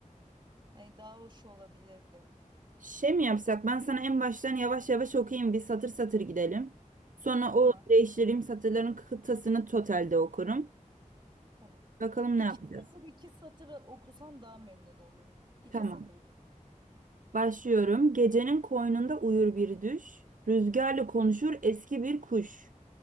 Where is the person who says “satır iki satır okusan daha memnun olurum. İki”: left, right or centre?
Right